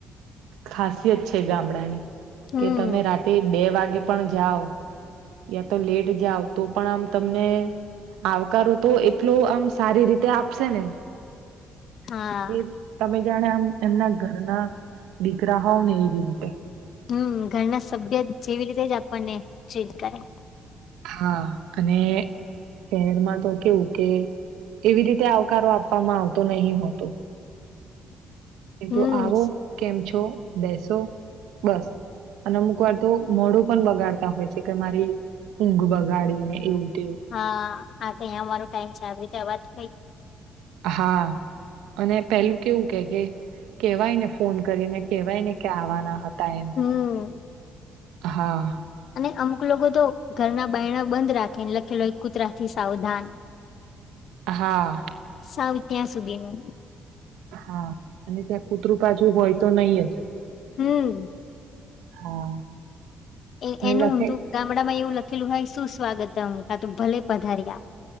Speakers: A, on the right (about 85°); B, on the left (about 60°).
A: ખાસિયત છે ગામડા ની.
B: હમ
A: કે તમે રાતે બે વાગે પણ જાઓ યા તો લેટ જાવ તો પણ આમ તમને આવકારો તો એટલો આમ સારી રીતે આપશે ને.
B: હા.
A: કે તમે જાણે આમ એમના ઘરના દીકરા હોવ ને એવી રીતે.
B: હમ ઘરના સભ્ય જેવી રીતે જ આપણને ચેટ કરે.
A: હા અને શહેરમાં તો કેવું કે એવી રીતે આવકારો આપવામાં આવતો નહી હોતો. એ
B: હમ
A: તું આવો કેમ છો બેસો બસ. અને અમુક વાર તો મોડું પણ બગાડતા હોય છે કે મારી ઊંઘ બગાડીને એવું. તેવું
B: હા હા આ કઈ આવવાનું ટાઈમ છે આવી રીતે વાત થઈ
A: હા અને પેલું કેવું કે કે કેવાય ને ફોન કરીને કેવાય ને કે આવાના હત હતા એમ
B: હમ
A: હા.
B: અને અમુક લોકો તો ઘરના બાયણા બંધ રાખેને લખેલો એક કૂતરાથી સાવધાન.
A: હા.
B: સાવ ત્યાં સુધી નુ.
A: હા અને ત્યાં કૂતરું બાજુ હોય તો નહી આજ.
B: હમ્મ
A: હા
B: એ
A: અને
B: એનું
A: લખે
B: ઊંધુ ગામડામાં એવું લખ લખેલું હોય શું સ્વાગત કાતો ભલે પધાર્યા.